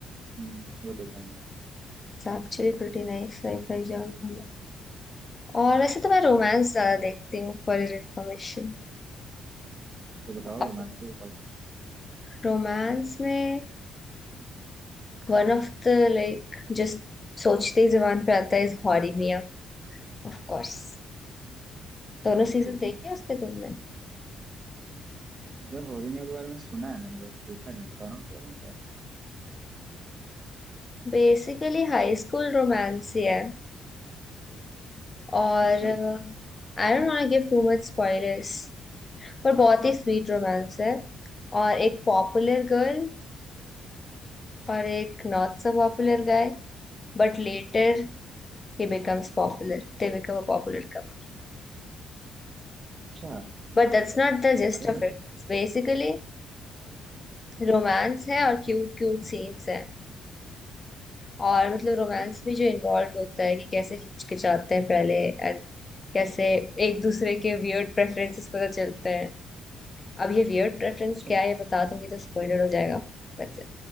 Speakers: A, on the right; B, on the left.
A: हम्म, वो देखा मैंने
B: It's actually pretty nice sci-fi genre में और वैसे तो मैं
A: अच्छा
B: रोमांस ज्यादा देखती हूँ फॉर योर इन्फॉर्मेशन
A: तो बताओ
B: और
A: रोमांस
B: तुम
A: पे बताओ
B: रोमांस में one of the like just सोचते ही जुबान पे आता है is Horimiya Of course दोनों
A: ओके
B: सीजन देखे हैं उसके तुमने
A: घर होरीमिया के बारे में सुना है मैंने बस देखा नहीं है बताना उसके बारे में क्या है
B: बेसिकली हाई स्कूल रोमांस ही है और
A: अच्छा
B: I don't want give too much spoilers पर बहुत ही स्वीट रोमांस है और एक पॉपुलर गर्ल और एक not so popular guy but later he becomes popular they become a popular couple
A: अच्छा
B: But that's not the gist
A: अरे भाई
B: of it it's basically romance है और क्यूट क्यूट सीन्स हैं और मतलब रोमांस
A: ओ,
B: भी जो इन्वॉल्व होता है कि कैसे हिचकिचाते हैं पहले एंड कैसे एक दूसरे के वियर्ड प्रेफरेंसेस पता चलते हैं अब ये वियर्ड प्रेफरेंस
A: अच्छा
B: क्या है ये बता दूंगी तो स्पॉइलर हो जाएगा but